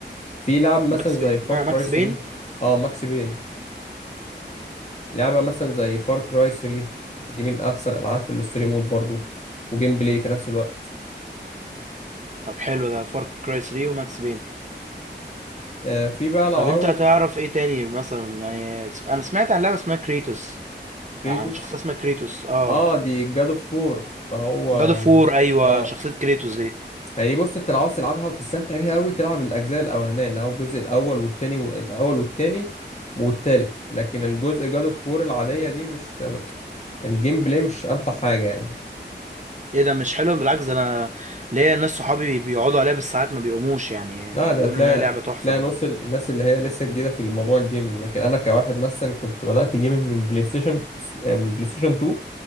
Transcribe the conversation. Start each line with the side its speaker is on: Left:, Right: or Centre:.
Left: في لعب مثلا
Right: ماكس
Left: زي
Right: بي... اسمها
Left: فار كراي
Right: ماكس
Left: 3
Right: بين
Left: اه ماكس بين لعبه مثلا زي فار كراي 3 دي من احسن العاب في الستوري مود برضو وجيم بلاي في نفس الوقت
Right: طب حلو ده فار كراي 3 وماكس بين
Left: آه في بقى لو
Right: طب
Left: عاوز
Right: انت تعرف ايه تاني مثلا يعني اسم- انا سمعت عن لعبه اسمها كريتوس
Left: كريتوس
Right: عن شخصيه اسمها كريتوس اه
Left: اه دي جاد اوف 4 اللي هو يعني
Right: جاد اوف وور ايوه
Left: اه
Right: شخصيه كريتوس دي
Left: يعني بص انت لو عاوز تلعبها وتستمتع بيها قوي تلعب الاجزاء الاولانيه اللي هو الجزء الاول والتاني والاول والتاني والتالت لكن الجزء جاد اوف وور العاديه دي مش الجيم بلاي مش امتع حاجه يعني
Right: ايه ده مش حلو بالعكس ده انا ليا ناس صحابي بيقعدوا عليها بالساعات ما بيقوموش يعني
Left: لا
Right: بيقولوا
Left: ده هتلاقي
Right: انها لعبه تحفه
Left: تلاقي نص الناس اللي هي لسه جديده في الموضوع الجيمنج لكن انا كواحد مثلا كنت بدات جيمنج من بلاي ستيشن آه، من بلاي ستيشن 2